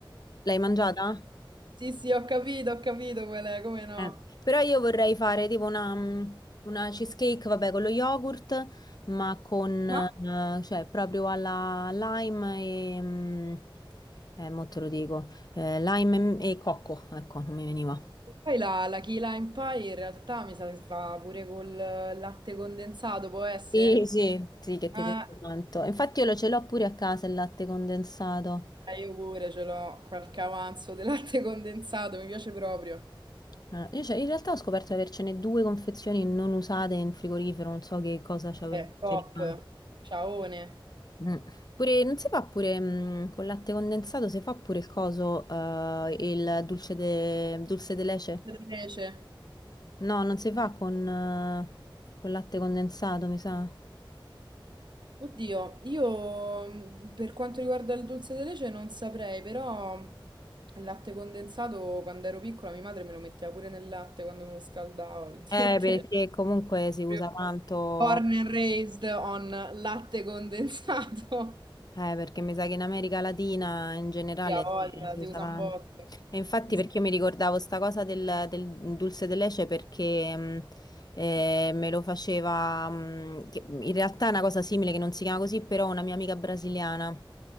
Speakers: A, on the left; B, on the right.
A: L'hai mangiata?
B: Sì, sì, ho capito, ho capito qual è, come no.
A: Eh. Però io vorrei fare tipo una, mm, una cheesecake, vabbè, con lo yogurt, ma con, eh,
B: ah,
A: cioè proprio alla lime e... mm, Eh, mo te lo dico, eh, lime e, e cocco, ecco, non mi veniva.
B: E Poi la, la Key Lime Pie in realtà mi sa che si fa pure col eh, latte condensato, può essere?
A: Sì, sì, sì, che ti
B: ah.
A: piace tanto. Infatti io lo ce l'ho pure a casa il latte condensato.
B: Eh, io pure ce l'ho, qualche avanzo di latte condensato, mi piace proprio.
A: Ah, io c'è- in realtà ho scoperto di avercene due confezioni non usate in frigorifero, non so che cosa c'avevo
B: Vabbè,
A: in
B: top,
A: rimane.
B: ciaone.
A: Mm. Pure, non si fa pure mm, con latte condensato, si fa pure il coso, eh, il dulce de, dulce de leche?
B: Invece.
A: No, non si fa con, eh, con latte condensato, mi sa.
B: Oddio, io mh, per quanto riguarda il dolce di leche non saprei, però il latte condensato quando ero piccola mia madre me lo metteva pure nel latte quando me lo scaldava, vedete?
A: Eh, perché comunque
B: <laughs>
A: si usa
B: Proprio
A: tanto.
B: Born and raised on latte condensato.
A: Eh, perché mi sa che in America Latina in generale
B: <laughs> Mia voglia,
A: si, si
B: si
A: usa
B: usa
A: tanto.
B: un botto.
A: E infatti
B: Sì,
A: perché
B: sì.
A: io mi ricordavo sta cosa del, del dulce de leche perché mh, eh, me lo faceva, mh, che- in realtà è una cosa simile che non si chiama così, però una mia amica brasiliana.